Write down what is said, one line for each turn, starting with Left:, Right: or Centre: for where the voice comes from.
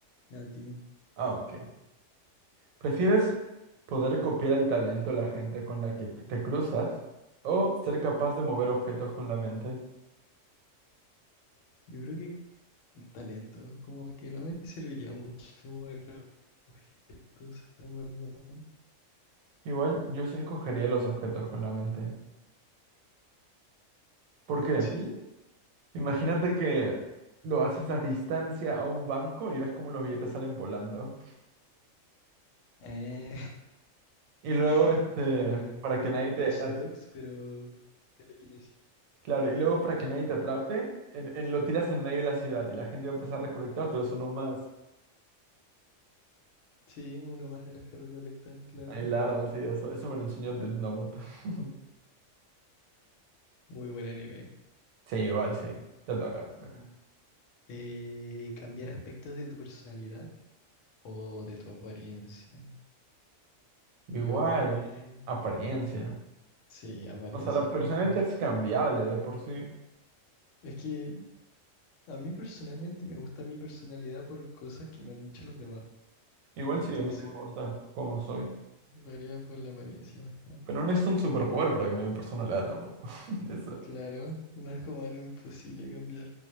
Left: A ti.
Right: Ah, ok. ¿Prefieres poder copiar el talento de la gente con la que te cruzas o ser capaz de mover objetos con la mente?
Left: Yo creo que el talento, como que no me serviría mucho mover objetos, en verdad.
Right: Igual yo sí escogería los objetos con la mente. ¿Por qué?
Left: ¿Sí?
Right: Imagínate que lo haces a distancia a un banco y ves cómo los billetes salen volando.
Left: Eh,
Right: Y luego,
Left: <laughs>
Right: este,
Left: Claro,
Right: para
Left: tipo
Right: que nadie
Left: Watch
Right: te... at-
Left: Dogs, pero telequinesis.
Right: Claro, y luego para que nadie te atrape, en, en- lo tiras en medio de la ciudad y la gente va a empezar a recolectar, pero eso no más.
Left: Sí, uno más de los que recolectan, claro.
Right: Hay larvas y eso. Eso me lo enseñó Death Note. <laughs>
Left: Muy buen anime.
Right: Sí, igual sí. Te toca, te toca.
Left: Mm. Eh, cambiar aspectos de tu personalidad o de tu apariencia.
Right: Igual,
Left: Yo creo que
Right: apariencia.
Left: sí, apariencia
Right: O sea, la personalidad
Left: totalmente.
Right: ya es cambiable de por sí.
Left: Es que a mí personalmente me gusta mi personalidad por cosas que me han dicho los demás.
Right: Igual
Left: Entonces,
Right: sí, a mí también me gusta cómo soy.
Left: lo haría por la apariencia más que nada.
Right: Pero no es un superpoder para cambiar mi personalidad tampoco. <laughs> Eso.
Left: Claro, no es como algo imposible cambiar.